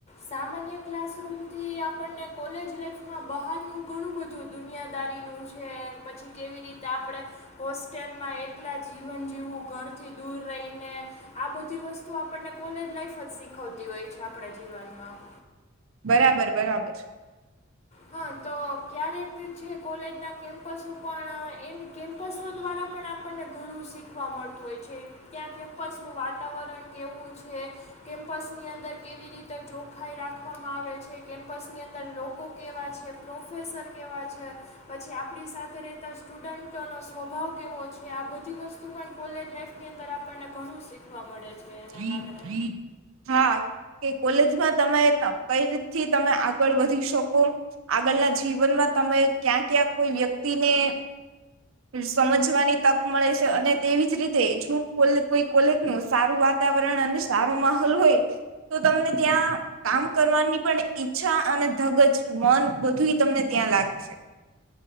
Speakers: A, on the left; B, on the right.
A: સામાન્ય ક્લાસરૂમથી આપણને કોલેજ લાાઈફમાં બહારનું ઘણું બધું દુનિયાદારીનું છે, પછી કેવી રીતે આપણે હોસ્ટેલમાં એકલા જીવન જીવવું ઘરથી દૂર રહીને આ બધી વસ તું આપણને કોલેજ લાઈફ જ શીખવતી હોય છે આપણા જીવનમાં.
B: બરાબર બરાબર.
A: હા તો ક્યારેક છે, કોલેજના કેમ્પસો પણ એને કેમ્પસો દ્વારા પણ આપણને ઘણું શીખવા મળતું હોય છે, ત્યાં કેમ્પસ નું વાતાવરણ કેવું છે, કેમ્પસ ની અંદર કેવી રીતે ચોખાઈ રાખવામાં આવે છે, કેમ્પસ ની અંદર લોકો કેવા છે, પ્રોફેસર કેવા છે, પછી આપણી સાથે રહેતા સ્ટુડન્ટોનો સ્વભાવ કેવો છે, આ બધી વસ્તુ પણ કોલેજ લાઈફની અંદર આપણને ઘણું શીખવા મળે છે. એના
B: <unintelligible>
A: કારણે
B: હા કે કોલેજમાં તમારે કઈ રીતથી તમે આગળ વધી શકો આગળના જીવનમાં તમે ક્યાં ક્યાં કોઈ વ્યક્તિને સમજવાની તક મળે છે, અને તેવી જ રીતે જો કો કોઈ કોલેજનું સારું વાતાવરણ અને સારો માહોલ હોય તો તમને ત્યાં કામ કરવાની પણ ઈચ્છા અને ધગજ મન બધું તમને ત્યાં લાગશે.